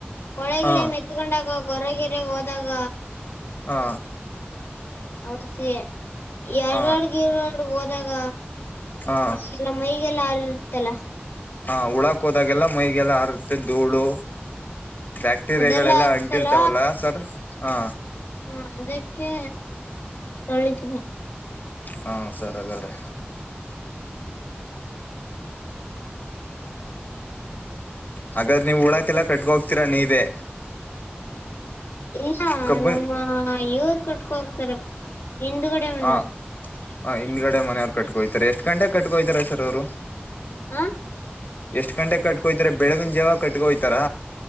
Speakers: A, on the left; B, on the left.
A: ಕೊಳೆಗಿಳೇ
B: ಹ
A: ಮೆತ್ ಕತ್ಕೊಂಡಾಗ ಗೊರ ಗಿರಗ್ ಹೋದಾಗ.
B: ಹಾ
A: ಅವತ್ತೇ
B: ಹ
A: ಎರಡ್ ಗಿರಡ್ ಹೋದಾಗ.
B: ಹ
A: ಅಲ್ಲ ಮೈಗೆಲ್ಲ ಹಾರಿರುತಲ್ಲ.
B: ಹಾ ಉಳಾಕ್ ಹೋದಾಗೆಲ್ಲ ಮೈಗೆಲ್ಲ ಹಾರತ್ತೆ ಧೂಳು. ಬ್ಯಾಕ್ಟೀರಿಯಾಗಳೆಲ್ಲ
A: ಅದೆಲ್ಲ ಇರುತ್ತಲ್ಲ
B: ಅಂಟಿರ್ತಾವಲ್ಲ ಸರ್ ಹಾ.
A: ಹಾ ಅದಕ್ಕೆ ತೊಳಿತಿನಿ.
B: ಹಾ ಸರ್ ಹಾಗಾದ್ರೆ. ಹಾಗಾದ್ರ ನೀವು ಉಳಾಕೆಲ್ಲ ಕಟ್ಕೋಗ್ತೀರಾ ನೀವೇ.
A: ಇಲ್ಲ
B: ಕಬ್ಬು
A: ನಮ್ಮ ಇವ್ರು ಕಟ್ಕೊ ಹೋಗ್ತಾರೆ ಹಿಂದ್ಗಡೆ ಮನೆವ್ರು.
B: ಹ ಹ ಹಿಂದ್ಡೆ ಮನವ್ರು ಕಟ್ಕೊಹೊಯ್ತಾರೆ ಎಷ್ಟ ಗಂಟೆಗೆ ಕಟ್ಕೊಹೊಯ್ತಾರೆ ಸರ್ ಅವ್ರು.
A: ಹ
B: ಎಷ್ಟ್ ಗಂಟೆ ಕಟ್ಕೊಹೊಯ್ತಾರೆ ಬೆಳಗಿನ ಜಾವವ ಕಟ್ಕೊಯ್ತಾರ.